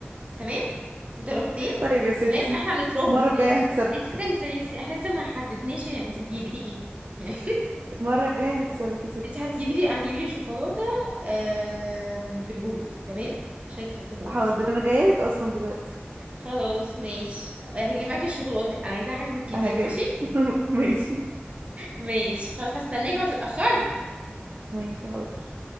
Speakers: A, on the right (about 30°); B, on the right (about 55°).
A: تمام بدرجتين
B: طيب يا ستي
A: تمام احنا هنتراهن
B: المرة
A: ثانية
B: الجاية هكسبك
A: انت استني ثانية استني، احنا لسه ما حددناش يعني انت هتجيبي لي ايه <laughs> يعني
B: المرة الجاية هكسبك يا ستي
A: انت هتجيبي لي هتجيبي لي شوكولاتة آم، بالبندق تمام عشان كسبت المرة
B: حاضر
A: دي
B: أنا جايلك أصلا دلوقتي
A: خلاص ماشي هتجيبي معاكي الشوكولاتة انا عايزاها حجم كبير
B: هجيبها
A: ماشي
B: <laughs> ماشي
A: ماشي خلاص هستناكي ما تتأخري
B: ماشي حاضر